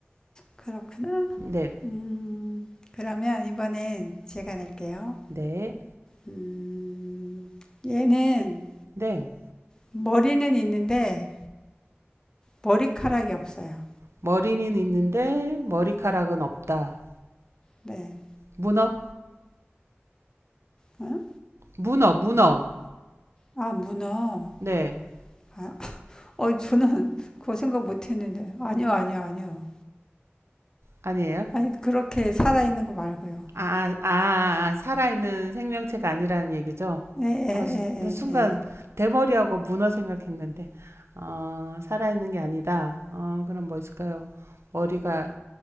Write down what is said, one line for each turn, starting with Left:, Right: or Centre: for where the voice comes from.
Left: 그렇구나.
Right: 네.
Left: 음, 그러면 이번엔 제가 낼게요.
Right: 네.
Left: 음, 얘는
Right: 네.
Left: 머리는 있는데 머리카락이 없어요.
Right: 머리는 있는데 머리카락은 없다.
Left: 네.
Right: 문어?
Left: 어?
Right: 문어, 문어.
Left: 아, 문어.
Right: 네.
Left: 아, 어, 저는 그거 생각 못 했는데. 아니요, 아니요, 아니요.
Right: 아니에요?
Left: 아니, 그렇게 살아있는 거 말고요.
Right: 아, 아, 아, 살아있는 생명체가 아니라는 얘기죠?
Left: 네.. 예예예
Right: 어, 수- 나 순간 대머리하고 문어 생각했는데, 어, 살아있는 게 아니다. 어, 그럼 뭐 있을까요? 머리가